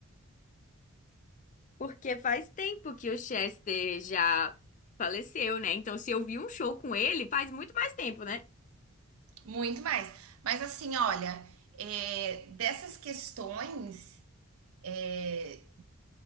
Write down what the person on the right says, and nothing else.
muito mais. Mas assim, olha, é, dessas questões. é,